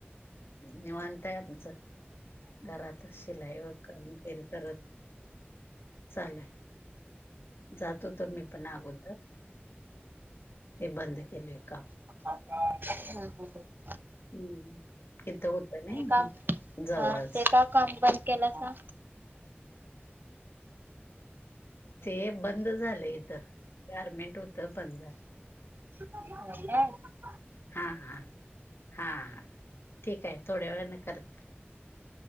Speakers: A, on the left; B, on the right.
A: निवांत आहे आमचं घरातच शिलाई व पन करत चालय जातो तर मी पण अगोदर ते बंद केलय काप
B: ह ह
A: हम्म इथं होत ना
B: ते काम
A: जवळच
B: हा ते का काम बंद केलं असं
A: ते बंद झालं इथं गारमेंट होतं बंद झालं
B: हो काय
A: हा हा हा ठीक आहे थोड्या वेळ न करत